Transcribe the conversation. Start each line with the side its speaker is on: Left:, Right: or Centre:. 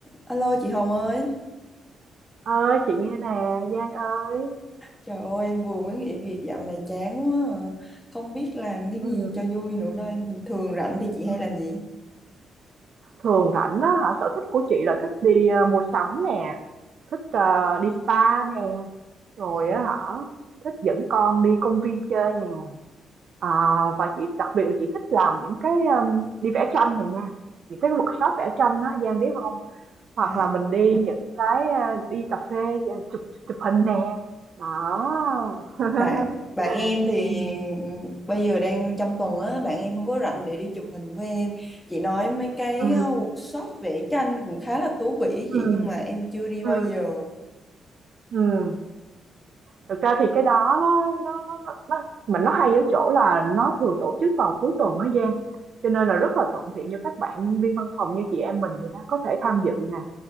Centre: Alo chị Hồng ơi,
Right: Ơi chị nghe nè Giang ơi
Centre: trời ơi em vừa mới nghỉ việc dạo này chán quá à. Không biết làm cái
Right: Ừ.
Centre: gì cho vui nữa đây. Bình thường rảnh thì chị hay
Right: ừ.
Centre: làm gì?
Right: Thường rảnh đó hả sở thích của chị là thích đi ờ, mua sắm nè thích ờ, đi spa nè rồi
Centre: Ờ,
Right: á hả thích dẫn con đi công viên chơi nè à, và chị đặc biệt là chị thích làm những cái um, đi vẽ tranh này nha những cái workshop vẽ tranh đó Giang biết không hoặc
Centre: À,
Right: là mình đi những cái ờ, đi cà phê ờ, chụp chụp hình nè đó <laughs>
Centre: bạn bạn em thì
Right: Ừ.
Centre: ừ, bây giờ đang trong tuần á, bạn em không có rảnh để đi chụp hình với em. Chị nói mấy cái
Right: ừ.
Centre: ờ, workshop vẽ tranh cũng khá là thú vị ý
Right: Ừ.
Centre: chị nhưng mà em chưa đi
Right: Ừ.
Centre: bao giờ.
Right: Ừ. Thực ra thì cái đó nó nó nó nó nó- mà nó hay ở chỗ là nó thường tổ chức vào cuối tuần đó Giang cho nên là rất là thuận tiện cho các bạn nhân viên văn phòng như chị em mình vậy đó có thể tham dự nè